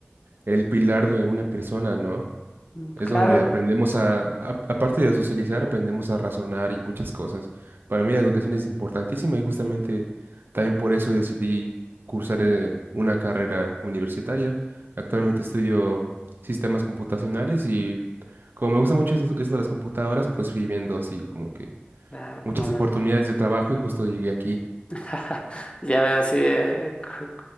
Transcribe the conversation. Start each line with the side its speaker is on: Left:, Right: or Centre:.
Right: el pilar de una persona, ¿no?
Left: Mm,
Right: Es
Left: Claro,
Right: donde aprendemos a, a- aparte de socializar, aprendemos a razonar y muchas cosas. Para mí la educación es importantísima y justamente también por eso decidí cursar eh, una carrera universitaria. Actualmente estudio sistemas computacionales y como me gusta mucho es- esto de las computadoras, pues fui viendo así como que
Left: ah,
Right: muchas
Left: como
Right: oportunidades de trabajo y justo llegué aquí.
Left: <laughs> Ya veo, sí. eh, cu-